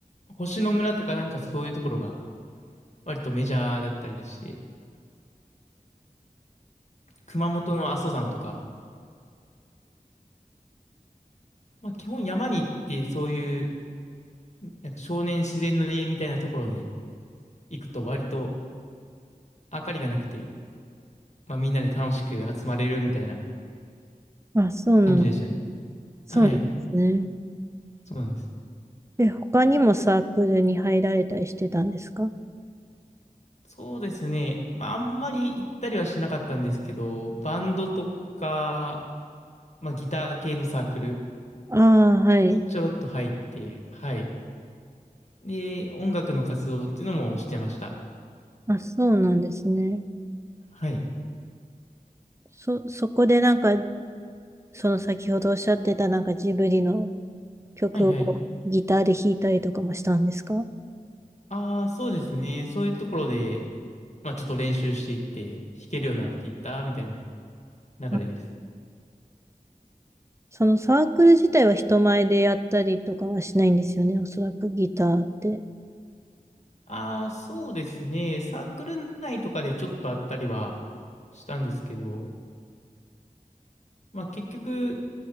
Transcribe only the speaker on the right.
あ、あそうなん、
そうなんですね。
で、他にもサークルに入られたりしてたんですか
ああ、はい。
あ、そうなんですね。
そ、そこでなんか、その先ほどおっしゃってたなんかジブリの曲をギターで弾いたりとかもしたんですか
あ、そのサークル自体は人前でやったりとかはしないんですよね。おそらくギターって。